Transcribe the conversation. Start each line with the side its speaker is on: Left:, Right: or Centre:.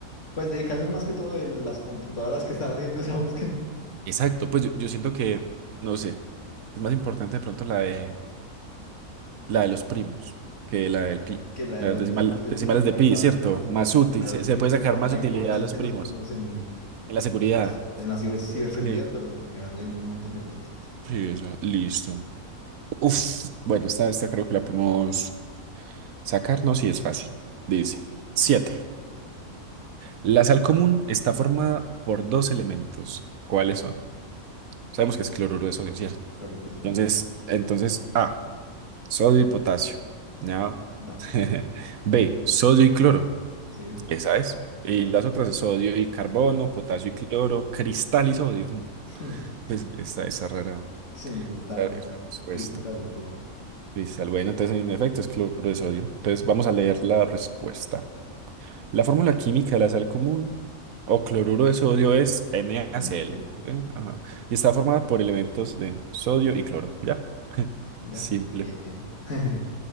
Left: Pues dedicación más que todo de las computadoras que están haciendo esa búsqueda
Right: Exacto, pues yo, yo siento que, no sé, es más importante de pronto la de La de los primos, que la del pi.
Left: que la de
Right: Las
Left: los
Right: decimal-
Left: decimales de
Right: decimales
Left: pi. Me
Right: de
Left: parece
Right: pi,
Left: bastante
Right: ¿cierto?
Left: más importante
Right: Más útil,
Left: la de
Right: se,
Left: los
Right: se
Left: primos
Right: puede sacar
Left: por
Right: más
Left: la
Right: utilidad
Left: importancia
Right: a los primos
Left: de los primos en,
Right: en la
Left: en
Right: seguridad.
Left: muchas cosas, en la ciber- ciberseguridad,
Right: Sí,
Left: pero en general en un montón de cosas.
Right: sí, esa. Listo. Uf, bueno, esta, esta creo que la podemos sacarnos y es fácil. Dice.
Left: Sí,
Right: siete La sal común está formada por dos elementos. ¿Cuáles son? Sabemos que es cloruro de sodio, ¿cierto?
Left: claro, gracias
Right: Entonces,
Left: a Dios.
Right: entonces A, sodio y potasio. ¿No?
Left: No,
Right: <laughs> B, sodio y cloro.
Left: sí.
Right: Esa es. Y
Left: ¿verdad?
Right: las otras es sodio y carbono, potasio y cloro, cristal y sodio. <laughs>
Left: <laughs>
Right: Mm, es- Esa, esa rara,
Left: Se intentaron.
Right: esa, esa respuesta.
Left: Cristal, wow.
Right: Cristal. Bueno, entonces en efecto es cloro de sodio. Entonces vamos a leer la respuesta. La fórmula química de la sal común o cloruro de sodio es NaCl.
Left: Pues Me hace
Right: ¿eh? Ajá. Y está formada por elementos de sodio y cloro. ¿Ya? <laughs>
Left: Ya,
Right: Simple.
Left: bien, bien. <laughs>